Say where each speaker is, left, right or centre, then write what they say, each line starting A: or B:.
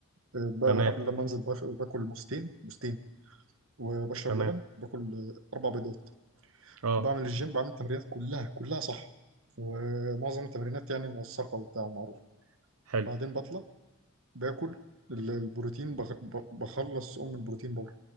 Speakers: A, on the right; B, on the right.
A: أه، ب-
B: تمام
A: قبل ما انزل بف- باكل موزتين موزتين وبشرب
B: تمام
A: لبن باكل أه، اربع بيضات
B: اه
A: بعمل الجيم بعمل التمرينات كلها كلها صح ومعظم التمرينات يعني موثقه وبتاع ومعروفه
B: حلو
A: بعدين بطلع باكل ال- البروتين بخ- ب- بخلص ام البروتين بار